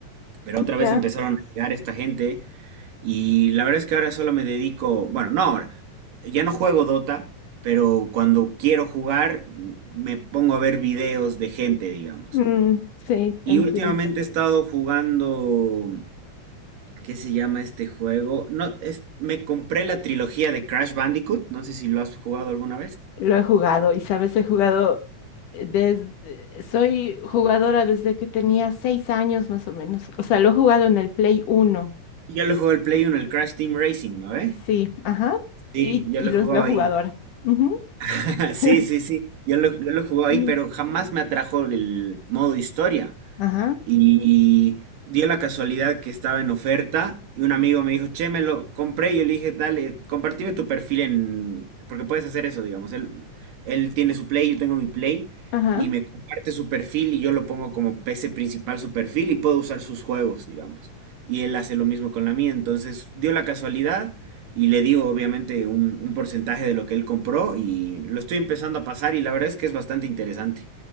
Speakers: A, on the right; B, on the left.
A: pero otra
B: ya,
A: vez empezaron a llegar esta gente y la verdad es que ahora solo me dedico, bueno, no ahora, ya no juego Dota, pero cuando quiero jugar m- me pongo a ver videos de gente, digamos.
B: mm, sí, te
A: Y
B: entiendo.
A: últimamente he estado jugando, ¿qué se llama este juego? No, es, me compré la trilogía de Crash Bandicoot, no sé si lo has jugado alguna vez.
B: Lo he jugado y sabes, he jugado eh, desde, soy jugadora desde que tenía seis años más o menos. O sea, lo he jugado en el Play uno
A: Yo lo juego el Play uno el Crash Team Racing, ¿no? ¿Eh?
B: sí, ajá,
A: Sí,
B: y,
A: yo
B: y
A: lo
B: los,
A: he jugado
B: la jugadora.
A: ahí.
B: Ujú.
A: <laughs>
B: <laughs>
A: Sí, sí, sí. Yo lo, yo lo jugué ahí,
B: Mm,
A: pero jamás me atrajo el modo historia.
B: Ajá,
A: Y dio la casualidad que estaba en oferta y un amigo me dijo, che, me lo compré. Y yo le dije, dale, compartime tu perfil en... Porque puedes hacer eso, digamos. Él, él tiene su Play, yo tengo mi Play.
B: ajá.
A: Y me comparte su perfil y yo lo pongo como PC principal su perfil y puedo usar sus juegos, digamos. Y él hace lo mismo con la mía. Entonces dio la casualidad y le digo obviamente un, un porcentaje de lo que él compró y lo estoy empezando a pasar y la verdad es que es bastante interesante.